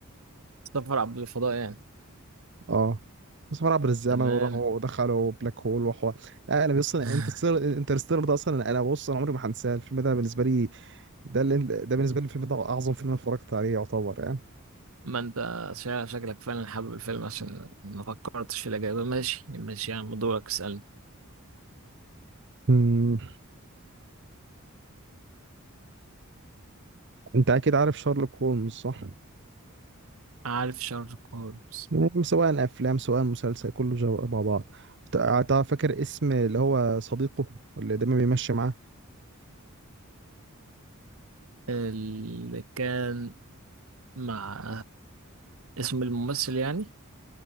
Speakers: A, on the right; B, on the right.
A: سفر عبر الفضاء يعني
B: اه بس هو عبر الزمن
A: تمام
B: وراحوا ودخلوا بلاك هول وحوار لا انا بص انا
A: <laughs>
B: انترستيلر انترستيلر ده اصلا انا بص انا عمري ما هنساه الفيلم ده بالنسبه لي ده اللي ده بالنسبه لي الفيلم ده اعظم فيلم أنا اتفرجت عليه يعتبر يعني
A: ما انت شا- شكلك فعلا حابب الفيلم عشان ما فكرتش في الإجابة ماشي ماشي يا عم دورك اسألني
B: أمم، انت اكيد عارف شارلوك هولمز صح
A: عارف شارلوك هولمز
B: يعني سواء افلام سواء مسلسل كله جو مع بعض تع- تع- فاكر اسم اللي هو صديقه اللي دايما بيمشي معاه
A: اللي كان مع اسم الممثل يعني